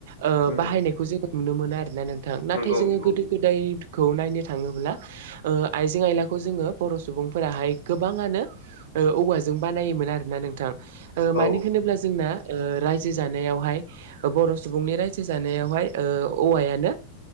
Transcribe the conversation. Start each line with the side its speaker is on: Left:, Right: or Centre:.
Right: ओ
Left: उम
Right: बाहायनायखौ
Left: उम
Right: जोङो नुनो मोनो आरोना नोंथां नाथाय
Left: नंगौ
Right: जोङो
Left: नंगौ
Right: गोदो गोदाय खौ नायनो थाङोब्ला ओ आइजें आयलाखौ जोङो बर' सुबुंफोराहाय गोबाङानो ओ औवाजों बानायोमोन आरो ना नोंथां। ओ मानि
Left: औ
Right: होनोब्ला जोंना ओ रायजो जानायावहाय अ बर' सुबुंनि राय जानायावहाय ओ औवायानो